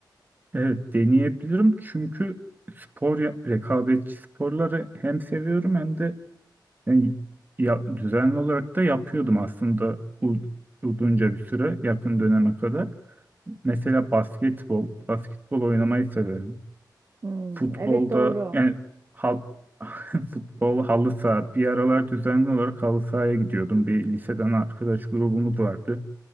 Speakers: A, on the right; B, on the right.
A: evet deneyebilirim çünkü spor ya- rekabetçi sporları hem seviyorum hem de yani ya, düzenli olarak da yapıyordum aslında u- uzunca bir süre yakın döneme kadar. Mesela basketbol, basketbol oynamayı severim.
B: Hmm,
A: Futbolda
B: evet doğru.
A: yani hal, <laughs> futbol halı saha bir aralar düzenli olarak halı sahaya gidiyordum. Bir liseden arkadaş grubumuz vardı.